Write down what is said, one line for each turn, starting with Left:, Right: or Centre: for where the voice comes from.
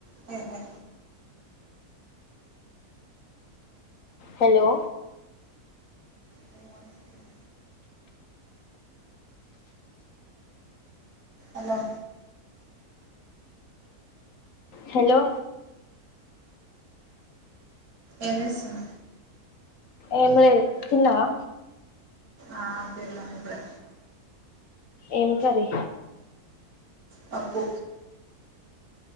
Right: hello
Left: hello
Right: మీ voice ఇనిపి hello
Left: hello
Right: ఏంచేస్తున
Left: ఏం లేదు తిన్నవా
Right: ఆ తిన్న ఇపుడే
Left: ఏం కర్రీ
Right: పప్పు